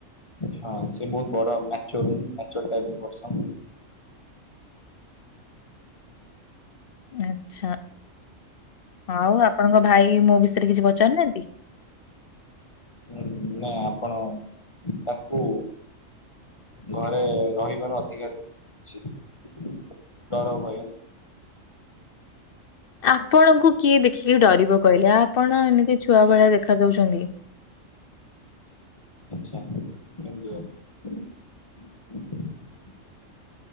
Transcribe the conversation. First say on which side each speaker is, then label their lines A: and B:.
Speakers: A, on the left; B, on the left.
A: ହଁ ସେ ବହୁତ ବଡ ମାଚ୍ୟର ମ୍ୟାଚର ଟାଇପ ର ପର୍ସନ।
B: ଆଛା ଆଉ ଆପଣଙ୍କ ଭାଇ ମୋ ବିଷୟରେ କିଛି ପଚାରୁନାହାନ୍ତି!
A: ହୁଁ ନା ଆପଣ ତାକୁ ଘରେ ରହିବାର ଅଧିକାର ଅଛି ଡର ଭୟ
B: ଆପଣଙ୍କୁ କିଏ ଦେଖ କି ଡରିବ କହିଲେ ଆପଣ ଏମିତି ଛୁଆ ଭଳିଆ ଦେଖା ଯାଉଛନ୍ତି।
A: <unintelligible>